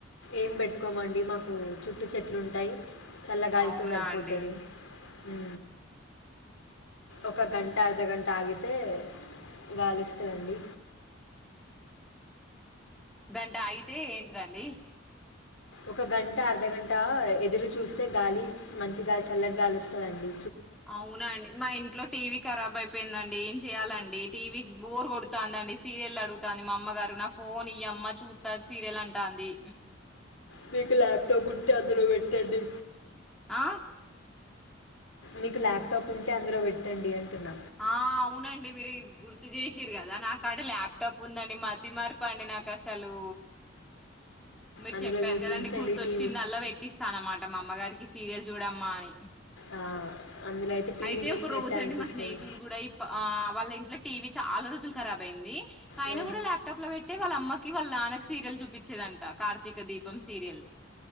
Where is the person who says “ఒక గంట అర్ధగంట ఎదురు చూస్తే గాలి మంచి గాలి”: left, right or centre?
Left